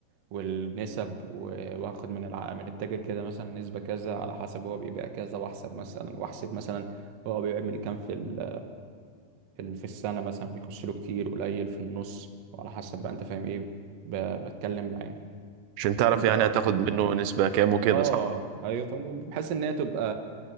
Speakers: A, on the right; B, on the right.
A: والنسب و- وهاخد من الع... من التاجر كده مثلا نسبة كذا على حسب هو بيبيع كذا واحسب مثلا واحسب مثلا هو بيعمل كام في ال... في ال- في السنة مثلا بيخش له كتير قليل في النص وعلى حسب بقى انت فاهم ايه ب... بتكلم معاه
B: عشان تعرف
A: انت
B: يعني
A: قول
B: هتاخد
A: لي.
B: منه نسبة كام وكده
A: اه
B: صح؟
A: ايوه فاهم بحيث ان هي تبقى